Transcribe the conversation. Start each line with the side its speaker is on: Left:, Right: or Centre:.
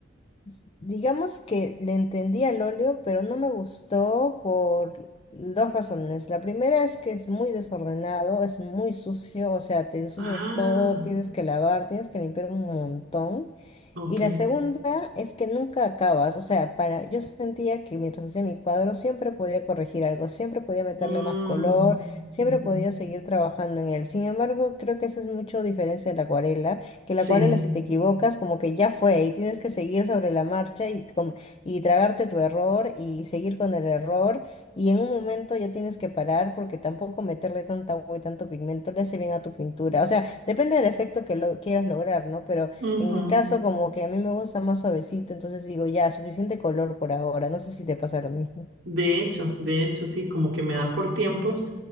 Left: s- digamos que le entendí al óleo, pero no me gustó por dos razones. La primera es que es muy desordenado, es muy sucio, o sea, te ensucias
Right: Ah,
Left: todo, tienes que lavar, tienes que limpiar un montón.
Right: ok.
Left: Y la segunda es que nunca acabas, o sea, para, yo sentía que mientras hacía mi cuadro siempre podía corregir algo, siempre podía meterle
Right: Mm,
Left: más color, siempre
Right: ujú.
Left: podía seguir trabajando en él. Sin embargo, creo que esa es mucho diferencia de la acuarela, que
Right: Sí.
Left: la acuarela si te equivocas como que ya fue y tienes que seguir sobre la marcha y, com- y tragarte tu error y seguir con el error y en un momento ya tienes que parar porque tampoco meterle tanta agua y tanto pigmento le hace bien a tu pintura. O sea, depende del efecto que lo quieras lograr, ¿no? Pero
Right: Ujú.
Left: en mi caso, como que a mí me gusta más suavecito, entonces digo, ya, suficiente color por ahora. No sé si te pasa lo mismo.
Right: De hecho, de hecho, sí, como que me da por tiempos